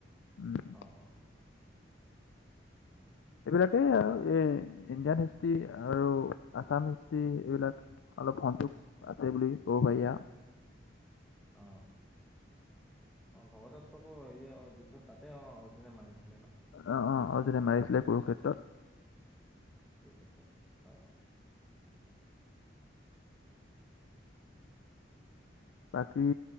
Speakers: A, on the left; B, in the centre.
A: উম।
B: অঁ অঁ অঁ উম।
A: এইবিলাকে আৰু এই ইণ্ডিয়ান হিষ্ট্ৰী। আৰু আছাম হিষ্টি এইবিলাক অলপ সন্তোষ আছে বুলি ক'ব পাৰি আও।।
B: অঁ, অঁ ভগদত্তকৌ হেৰি যুদ্ধত তাতে অ- অৰ্জুনে মাৰিছে।
A: অঁ, অঁ, অঁ যেতিয়া মাৰিছিলে কুৰু ক্ষেত্ৰত।
B: কুৰুক্ষেত্ৰত হয়, হয়।
A: বাকী